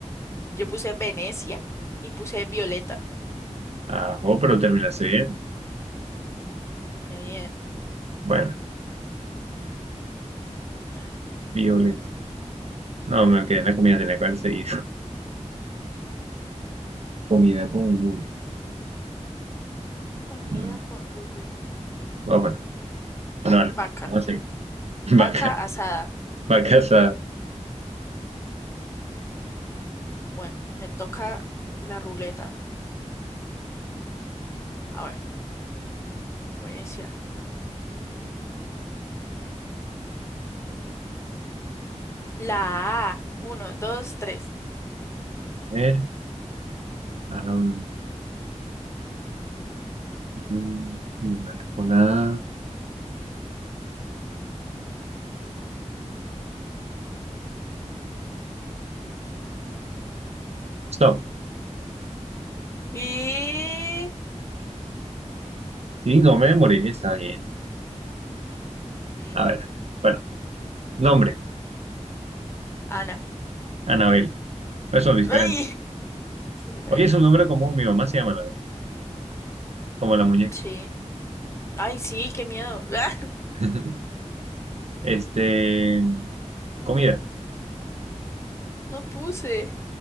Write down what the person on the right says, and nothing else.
Ah, oh, pero terminaste bien.
Bueno,
Violet. No, me quedé en la comida, tenía que haber seguido. <laughs> Comida con V.
Mm,
ah, bueno, bueno, vale.
Vamos a seguir. <laughs>
Vaca,
vacas a
ver. am, mm, animal con A. Stop.
Sí, no me morí, está bien.
A ver, bueno, nombre,
Anabel. Pues son diferentes.
Oye, es un nombre común, mi mamá se llama Anabel, como la muñeca.
<laughs> Este, comida.